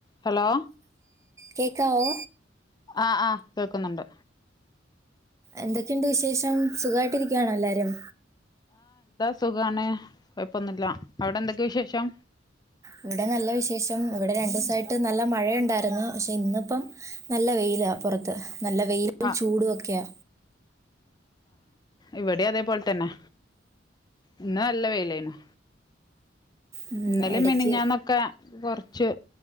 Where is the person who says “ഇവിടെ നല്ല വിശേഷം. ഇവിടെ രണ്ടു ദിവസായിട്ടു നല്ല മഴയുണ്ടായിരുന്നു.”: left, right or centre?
Right